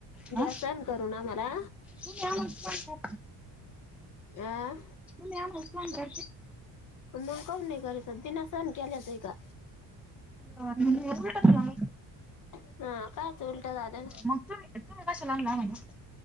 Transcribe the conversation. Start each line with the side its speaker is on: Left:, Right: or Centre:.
Centre: हा
Left: ग्यासन करू ना मला,
Centre: तुम्ही आम्हाला फोन
Left: अ.
Centre: म आमसन करते.
Left: मग काम नाही करायचं, दिना सहण केल्याच आहे का.
Centre: अ उटचवाम.
Left: हा कायच उलटा ददा.
Centre: मग तुम्ही तुम्ही कशाला आणला म्हणे